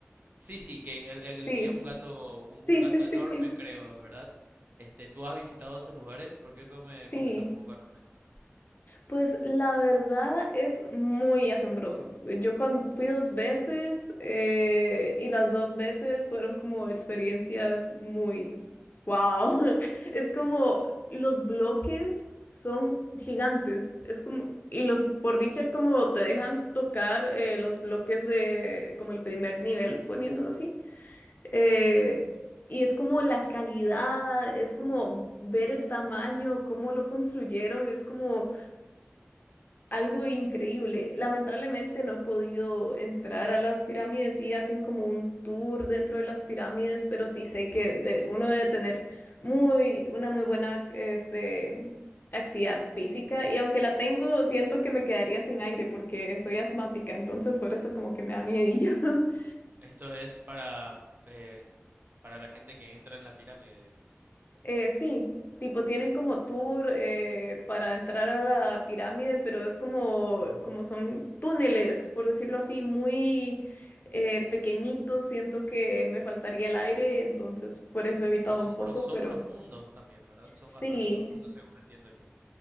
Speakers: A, on the right (about 40°); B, on the left (about 45°).
A: sí, sí, que el, el-
B: Sí,
A: el que es un gato, un, un
B: sí,
A: gato
B: sí, sí.
A: enorme,
B: <laughs>
A: creo, ¿verdad? Este, ¿tú has visitado esos lugares? ¿Por qué no me
B: Sí,
A: comentas un poco al respecto?
B: pues la verdad es muy asombroso. Yo cuan- fui dos veces eh, y las dos veces fueron como experiencias muy wow. <laughs> Es como los bloques son gigantes. Es como, y los, por dicha, como te dejan tocar eh, los bloques de como el primer nivel, poniéndolo así. Eh, y es como la calidad, es como ver el tamaño, cómo lo construyeron, es como algo increíble. Lamentablemente no he podido entrar a las pirámides y hacen como un tour dentro de las pirámides, pero sí sé que de- uno debe tener muy, una muy buena este, actividad física y aunque la tengo, siento que me quedaría sin aire porque soy asmática, entonces por eso como que me da miedillo. <laughs>
A: Esto es para, eh, para la gente que entra en la pirámide, dices tú.
B: Eh, sí, tipo tienen como tour eh, para entrar a la pirámide, pero es como, como son túneles, por decirlo así, muy eh, pequeñitos. Siento que me faltaría el aire, entonces por eso he evitado
A: Y son,
B: un poco,
A: pro- son
B: pero
A: profundos también, ¿verdad? Son
B: sí,
A: bastante profundos, según entiendo yo.